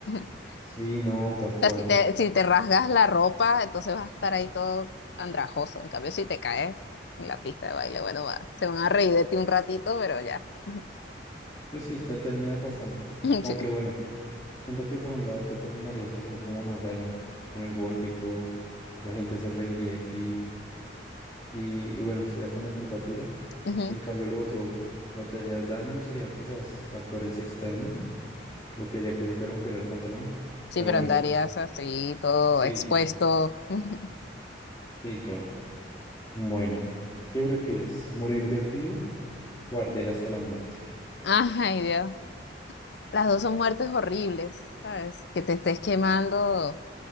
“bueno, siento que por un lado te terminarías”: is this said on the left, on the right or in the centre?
Left